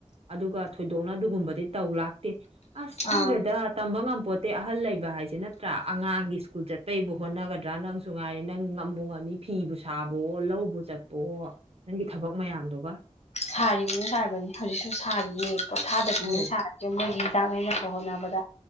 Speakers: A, on the right; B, on the left.
A: ꯑꯗꯨꯒ ꯊꯣꯏꯗꯣꯛꯅ ꯑꯗꯨꯒꯨꯝꯕꯗꯤ ꯇꯧ ꯂꯥꯛꯇꯦ ꯑꯁ ꯈꯪꯈ꯭ꯔꯦꯗ
B: ꯑꯥ
A: ꯇꯝꯕ ꯉ ꯄꯣꯠꯠꯇꯇꯩ ꯑꯍꯜ ꯂꯩꯕ ꯍꯥꯏꯁꯦ ꯅꯠꯇ꯭ꯔꯥ ꯑꯉꯥꯡꯒꯤ ꯁ꯭ꯀꯨꯜ ꯆꯠꯄꯩꯕꯨ ꯍꯣꯠꯅꯒꯗ꯭ꯔꯥ ꯅꯪꯁꯨ ꯉꯥꯏꯔꯦ ꯅꯪ ꯉꯝꯝꯕ ꯉꯝꯃꯤ ꯐꯤꯕꯨ ꯁꯥꯕꯣ ꯂꯧꯕ ꯆꯠꯄꯣ ꯅꯪꯒꯤ ꯊꯕꯛ ꯃꯌꯥꯝꯗꯨꯒ
B: ꯁꯥꯔꯤꯕꯅꯤꯅ ꯁꯥꯔꯤꯕꯅꯤ ꯍꯧꯖꯤꯛꯁꯨ ꯁꯥꯔꯤ ꯌꯦꯡ ꯄꯣꯊꯥꯗꯕꯅꯤꯅ
A: ꯑꯧ
B: ꯁꯥꯔꯤꯁ ꯃꯣꯏꯒꯤ ꯍꯤꯗꯥꯛ ꯂꯩꯅꯕ ꯍꯣꯠꯅꯕꯗ